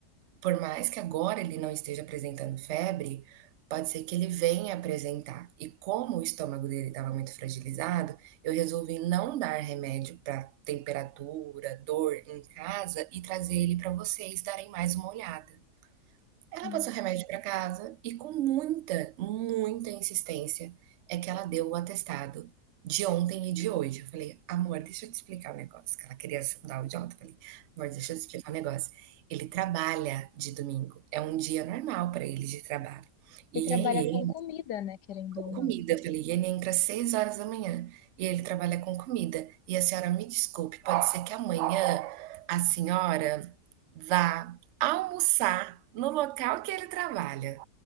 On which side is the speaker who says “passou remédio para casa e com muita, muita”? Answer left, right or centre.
Right